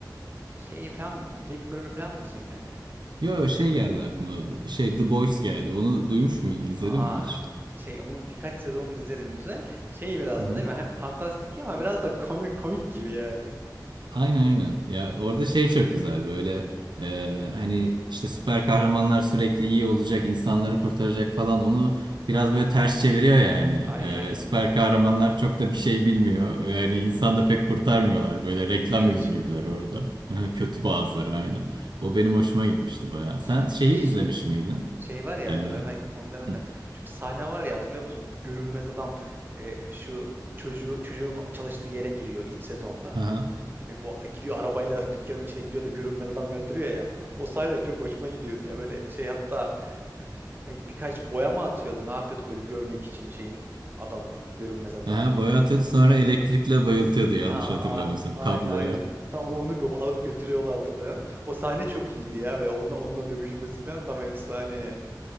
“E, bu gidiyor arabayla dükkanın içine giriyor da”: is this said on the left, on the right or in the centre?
Right